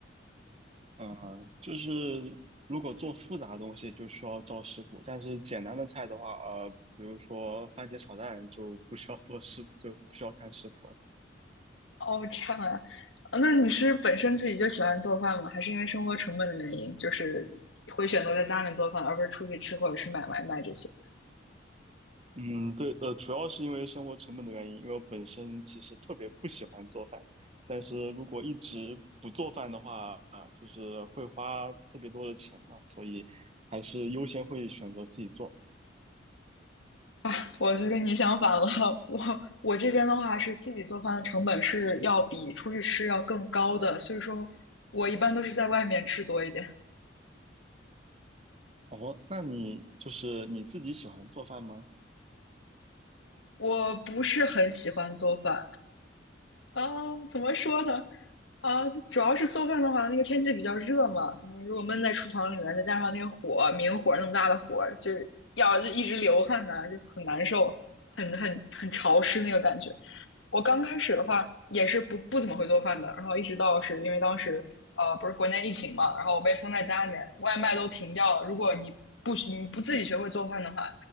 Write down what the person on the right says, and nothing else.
嗯、就是如果做复杂的东西，就需要找食谱；但是简单的菜的话，呃，比如说番茄炒蛋，就不需要做食，就不需要看食谱了。
嗯，对，呃，主要是因为生活成本的原因，因为我本身其实特别不喜欢做饭，但是如果一直不做饭的话，啊，就是会花特别多的钱嘛，所以还是优先会选择自己做。
哦，那你就是你自己喜欢做饭吗？